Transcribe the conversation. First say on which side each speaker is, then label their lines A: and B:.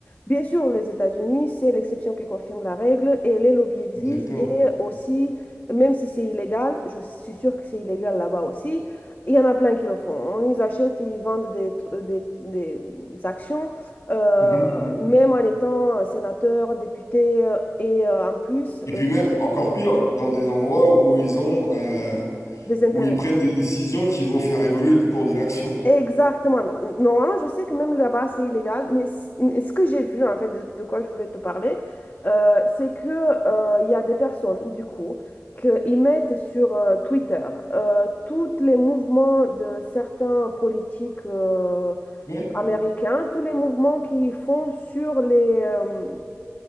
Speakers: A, on the left; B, on the left.
A: Bien sûr, les États-Unis, c'est l'exception qui confirme la règle et les lobbies existent
B: Exactement.
A: et aussi, même si c'est illégal, je suis sûre que c'est illégal là-bas aussi, il y en a plein qui le font. hein. Ils achètent, ils vendent des, tr- euh, des, des actions, euh,
B: Mhm, mhm.
A: même en étant sénateur, député euh, et euh, en plus
B: Et puis
A: euh,
B: même, encore pire, dans des endroits où ils ont, euh,
A: des intérêts.
B: où ils prennent des décisions qui vont faire évoluer le cours de l'action.
A: Exactement. Non- Normalement, je sais que même là-bas, c'est illégal, mais c- mais ce que j'ai vu, en fait, de, de quoi je voulais te parler, euh, c'est que, euh, il y a des personnes, du coup, qu'ils mettent sur euh, Twitter euh, tous les mouvements de certains politiques euh,
B: Ouais,
A: américains, tous les mouvements qu'ils font sur les, euh,